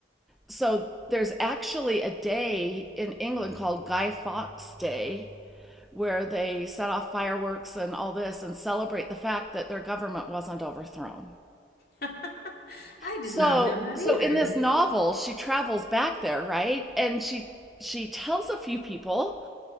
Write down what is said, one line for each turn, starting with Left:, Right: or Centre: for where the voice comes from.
Centre: So there's actually a day in England called Guy Fawkes Day where they set off fireworks and all this and celebrate the fact that their government wasn't overthrown.
Left: <laughs> I did
Centre: So
Left: not know that
Centre: so
Left: either.
Centre: in this novel she travels back there, right? And she she tells a few people